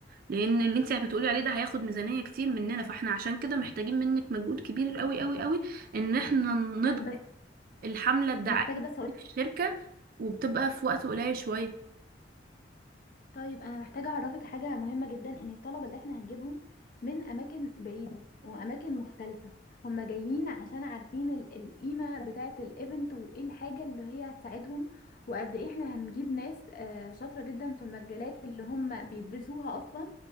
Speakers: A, on the right; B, on the left.
A: لان اللي انت بتقولي عليه ده هياخد ميزانيه كتير مننا فاحنا عشان كده محتاجين منك مجهود كبير قوي قوي قوي ان احنا نضغط
B: لا بس
A: الحمله الدعائيه
B: محتاجة بس
A: في الشركه وبتبقى في وقت قليل شويه
B: طيب انا محتاجه اعرفك حاجه مهمه جدا ان الطلبه اللي احنا هنجيبهم من اماكن بعيده واماكن مختلفه هم جايين عشان عارفين ال- القيمه بتاعه الايفنت وايه الحاجه اللي هي هتساعدهم وقد ايه احنا هنجيب ناس آه، شاطره جدا في المجالات اللي هم بيدرسوها اصلا